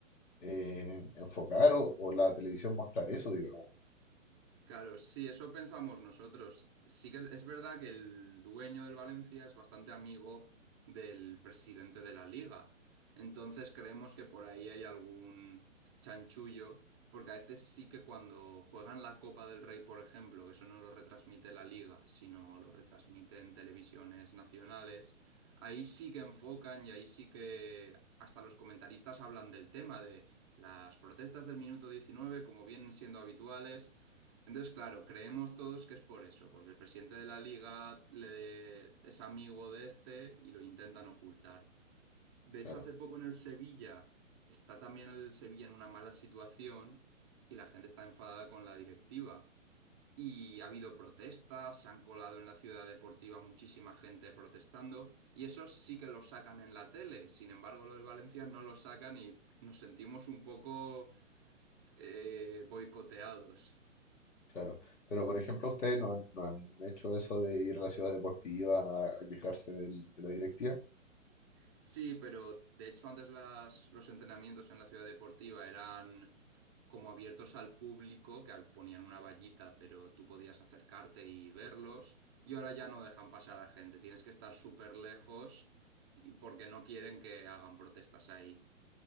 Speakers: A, on the left (about 65°); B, on the right (about 20°).
A: eh, enfocar o, o la televisión mostrar eso, digamos.
B: Claro, sí, eso pensamos nosotros. Sí que es, es verdad que el dueño del Valencia es bastante amigo del presidente de la liga. Entonces creemos que por ahí hay algún chanchullo, porque a veces sí que cuando juegan la Copa del Rey, por ejemplo, que eso no lo retransmite la liga, sino lo retransmite en televisiones nacionales, ahí sí que enfocan y ahí sí que hasta los comentaristas hablan del tema de las protestas del minuto 19, como vienen siendo habituales entonces, claro, creemos todos que es por eso, porque el presidente de la liga le- es amigo de este y lo intentan ocultar. De
A: Claro,
B: hecho, hace poco en el Sevilla está también el Sevilla en una mala situación y la gente está enfadada con la directiva. Y ha habido protestas, se han colado en la ciudad deportiva muchísima gente protestando y eso sí que lo sacan en la tele. Sin embargo, lo del Valencia no lo sacan y nos sentimos un poco eh, boicoteados.
A: claro. Pero, por ejemplo, ustedes no han, no han hecho eso de ir a la ciudad deportiva a, a quejarse del- de la directiva.
B: Sí, pero de hecho antes las, los entrenamientos en la ciudad deportiva eran como abiertos al público, que al- ponían una vallita, pero tú podías acercarte y verlos. Y ahora ya no dejan pasar a gente, tienes que estar súper lejos y- porque no quieren que hagan protestas ahí.